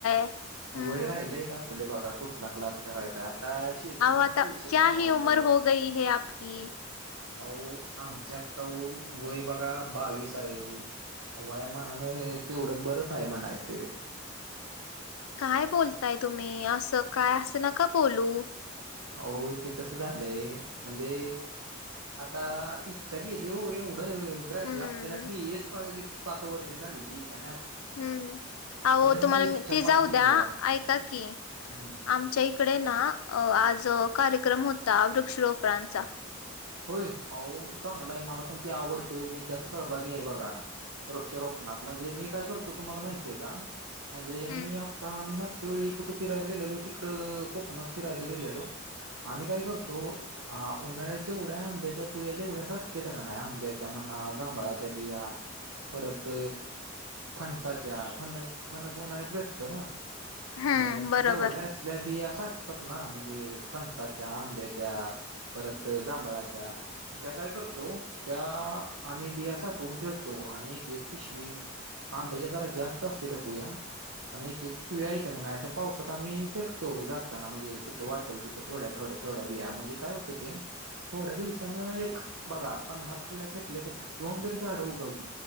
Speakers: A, on the left; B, on the right.
A: हम्म
B: वय राहिलय का आपले बघा कुठ क्लास करायचा आता शेतीतनच
A: अहो आता
B: पैसे
A: क्या
B: कमवायचे.
A: ह उमर हो गय है आपकी
B: अहो आमच्या आत्ता वय बघा बावीस आहे वयामानाने तेवढं बरच वयमानायच
A: काय बोलताय तुम्ही असं काय असं नका बोलू
B: हो ते कसं झालंय म्हणजे आता इच्छा गेली हो एवढं ग्रॅज्यू
A: हम्म
B: आपल्याला बी येत बघा की पाच वर्ष लागली आणि
A: हम् अहो
B: त्याच्यामुळे
A: तुम्हाला
B: इच्छा
A: ते
B: पाक
A: जाऊ
B: गेली
A: द्या ऐका की आम
B: हम्म
A: आमच्या इकडे ना आज कार्यक्रम होता वृक्ष रोपणांचा
B: होय अहो चांगलाय मला पण ते आवडतं मी त्यात सहभागी आहे बघा वृक्षरोपणात म्हणजे मी काय करतो तुम्हाला माहितीय का म्हणजे मी
A: हम्म
B: आता आम्ही मागच्या वेळी कुठे फिरायला गेलेलो तिकडं कोकणात फिरायला गेलेलो आम्ही काय करतो हा उन्हाळ्यात जेवढ्या आंब्याच्या कुया जेवढ्या वाटते त्या का नाही आंब्याच्या मना जांभळाच्या बिया. परत फणसाच्या फनस फनस उन्हाळ्यात भेटतो ना
A: हम्म
B: म
A: बरोबर
B: जेवढ्या आपल्या बिया साठतात ना म्हणजे फणसाच्या आंब्याच्या परत जांभळाच्या त्या काय करतो त्या आम्ही बिया साठवून ठेवतो आणि एक एक पिशवी आंब्याज जरा जास्त असते त्या कोुया आणि एक एक व येतं का नाही अशा पावसात आम्ही फेकतो जाताना म्हणजे कुठं वाटल तिथे तर थोड्या थोड्या थोडं बिया म्हणजे काय हो ते थोड्या दिवसान एक बघा पन्नास कुया फेकले त्या दोनदरी झाडं उगवली